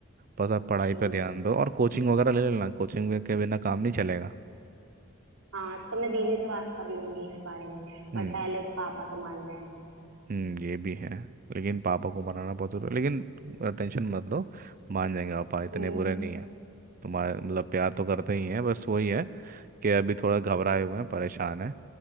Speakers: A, on the right; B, on the right.
A: बस आप पढ़ाई
B: ठीक
A: पे ध्यान
B: है
A: दो और कोचिंग वगैरह ले लेना कोचिंग के बिना काम नहीं चलेगा
B: हाँ तो मैं दीदी से बात कर लूंगी इस बारे में
A: हम्म।
B: बट पहले तो पापा तो मान रहे हैं
A: हम्म ये भी है लेकिन पापा को मनाना बहुत जरूरी है। लेकिन टेंशन मत लो मान जाएंगे पापा इतने
B: हम्म
A: बुरे नहीं है तुम्हारे मतलब प्यार तो करते ही हैं बस वही है कि अभी थोड़ा घबराए हुए हैं परेशान है